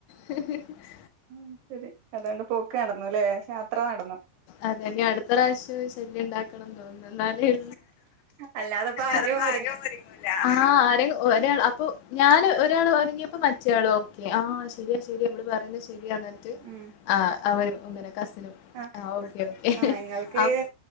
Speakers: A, on the left (about 85°); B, on the right (about 65°).
A: ഉ <unintelligible>
B: ഉം ശരി അതോണ്ട് പോക്ക് നടന്നുലെ യാത്ര നടന്നു
A: അതെന്നെ അടു ത്രറാശ്യം ശല്യം ഉണ്ടാക്കണം തോന്നുന്നു എന്നാല
B: അല്ലാതെപ്പോ ആരും
A: അല്ലാതെ ഇപ്പൊ ആദ്യം ഒരുങ്ങൂല ആഹ് രെ ഒരാൾ അപ്പൊ ഞാന് ഒരാൾ ഒരുങ്ങിയപ്പോ മറ്റയാൾ ഓക്കെ ആഹ് ശരിയാ ശരി ഇവള് പറയുന്നത് ശരിയാന്നർഞ്ഞിട്ട്
B: ഉം
A: ആ അവരും അങ്ങനെ കസിനും
B: ആ
A: ആഹ് ഓക്കെ ഓക്കെ
B: ആ നിങ്ങൾക്ക്
A: അവക്ക്